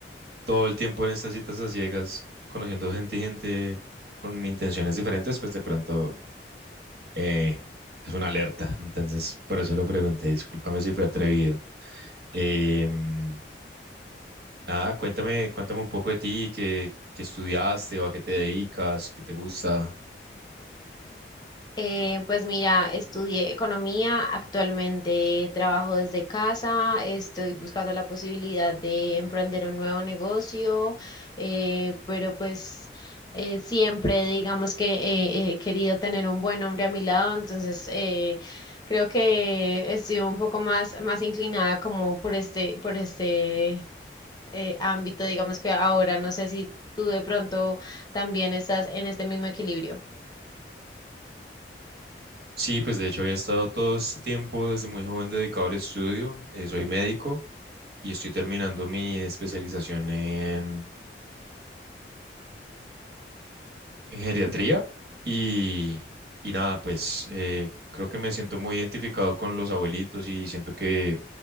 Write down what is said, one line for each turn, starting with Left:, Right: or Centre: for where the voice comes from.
Right: todo el tiempo en estas citas a ciegas, conociendo gente y gente con intenciones diferentes, pues de pronto eh, es una alerta, entonces por eso lo pregunté, discúlpame si fue atrevido. Em, nada, cuéntame, cuéntame un poco de ti, qué, qué estudiaste o a qué te dedicas, qué te gusta.
Left: Eh, pues mira, estudié economía, actualmente trabajo desde casa, estoy buscando la posibilidad de emprender un nuevo negocio, eh, pero pues eh, siempre digamos que eh, he querido tener un buen hombre a mi lado, entonces eh, creo que estoy un poco más, más inclinada como por este, por este eh, ámbito, digamos que ahora no sé si tú de pronto también estás en este mismo equilibrio.
Right: Sí, pues de hecho había estado todo este tiempo desde muy joven dedicado al estudio, eh, soy médico y estoy terminando mi especialización en, en geriatría y, y nada, pues eh, creo que me siento muy identificado con los abuelitos y siento que